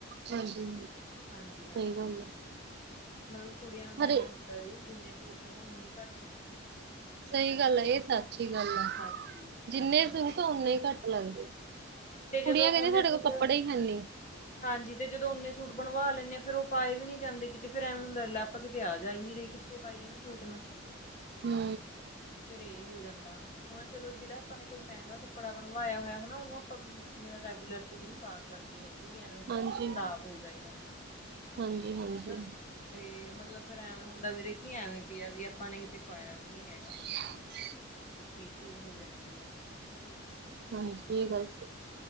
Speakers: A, on the right; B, on the left.
A: ਹਾਂਜੀ
B: ਹਾਂਜੀ-ਹਾਂਜੀ।
A: ਸਹੀ ਗੱਲ ਆ
B: ਮਤਲਬ ਕੁੜੀਆਂ ਨੂੰ ਤਾਂ
A: ਹਰੇ
B: ਐਵੇਂ ਹੁੰਦਾ ਵੀ ਜਿੰਨੇ ਸੂਟ ਹੋਣ ਓੱਨੇ ਹੀ ਘੱਟ ਨੇ।
A: ਸਹੀ ਗੱਲ ਹੈ ਏਹ ਸੱਚ ਹੀ ਗੱਲ ਆ,
B: ਹਾਂਜੀ
A: ਜਿੰਨੇ
B: ਹਾਂਜੀ
A: ਸੂਟ
B: ਹਾਂਜੀ
A: ਓੱਨੇ ਈ ਘੱਟ ਲੱਗਦੇ।
B: ਤੇ ਜਦੋਂ
A: ਕੁੜੀਆਂ ਕਹਿੰਦੀਆਂ
B: ਓਨੇ
A: ਸਾਡੇ
B: ਸੂਟ
A: ਕੋਲ ਕੱਪੜੇ ਈ ਹੈਨੀ।
B: ਹਾਂਜੀ ਤੇ ਜਦੋਂ ਓਨੇ ਸੂਟ ਬਣਵਾ ਲੈਂਣੇ ਆਂ ਫੇਰ ਉ ਪਾਏ ਵੀ ਨੀ ਜਾਂਦੇ, ਕਿਤੇ ਫੇਰ ਐਵੇਂ ਹੁੰਦਾ ਲੈ ਆਪਾਂ ਕਿਤੇ ਆ ਜਾ ਈ ਨੀ ਰੇ। ਕਿੱਥੇ ਪਾਈਏ ਇਨਾ ਸੂਟ ਨੂੰ।
A: ਹੂੰ
B: ਫੇਰ ਏ ਹੋ ਜਾਂਦਾ ਹੁਣ ਚਲੋ ਜੇਹੜਾ ਆਪਾਂ ਨੇ ਕੋਈ ਮੈਹੰਗਾ ਕਧ ਕੱਪੜਾ ਬਣਵਾਆ ਹੋਆ ਹੈਨਾ ਓਨੂੰ ਆਪਾਂ, ਰੈਗੂਲਰ ਚ ਵੀ ਨੀ ਪਾ ਸਕਦੀ ਹੈਗੀ। ਵੀ ਐਵੇਂ ਹੁੰਦਾ
A: ਹਾਂਜੀ
B: ਵੀ ਚਲੋ ਖ਼ਰਾਬ ਹੋ ਜਾਏਗਾ,
A: ਹਾਂਜੀ ਹਾਂਜੀ
B: ਹੈਨਾ। ਤੇ ਮਤਲਬ ਫੇਰ ਐਵੇਂ ਹੁੰਦਾ ਵੀ ਦੇਖੀਏ ਐਵੇਂ ਪੇਆ ਵੀ ਆਪਾਂ ਨੇ ਕਿਤੇ ਪਾਆ ਵੀ ਨੀ ਹੈਗਾ।
A: ਸ।
B: ਏਹ ਚੀਜ਼ ਹੋ ਜਾਂਦੀ ਆ।
A: ਹਾਂਜੀ ਏ ਗੱਲ ਸ